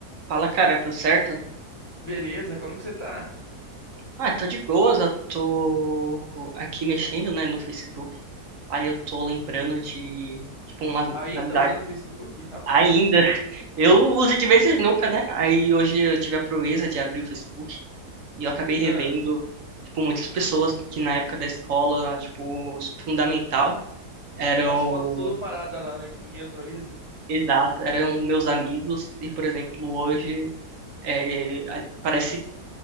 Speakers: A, on the right (about 60°); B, on the left (about 35°).
A: Fala, cara, tudo certo?
B: Beleza, como que você tá?
A: Ah, tô de boas, eu tô aqui mexendo, né, no Facebook. Aí eu tô lembrando de, tipo, umas
B: Ainda
A: amizades
B: usando o Facebook? Rapaz.
A: ainda. <laughs>
B: Hum.
A: Eu uso de vez em nunca, né? Aí hoje eu tive a proeza de abrir o Facebook e eu acabei revendo,
B: Ah,
A: tipo, muitas pessoas que na época da escola, tipo, fundamental, eram,
B: as fotos tudo parada lá, né? Que ninguém atualiza.
A: exato, eram meus amigos. E, por exemplo, hoje é, a- parece